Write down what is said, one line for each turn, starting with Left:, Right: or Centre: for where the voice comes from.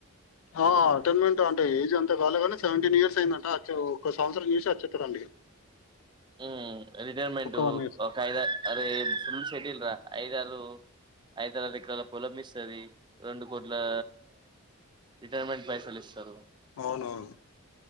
Left: ఆ రిటైర్మెంట్ అంటే ఏజ్ అంతగాలే గాని సెవెంటీన్ ఇయర్స్ అయింద అంట అచ్చ ఒక సంవత్సరం చేసి వచ్చేత డీ
Right: ఉ రిటైర్మెంట్
Left: వన్ ఇయర్
Right: ఒక ఐద అరే ఫుల్ సెటిల్రా ఐదారు ఐదారు ఎకరాల పొలం మిస్సది రెండు కోట్లా రిటైర్మెంట్ పైసలిస్తారు
Left: అవునవును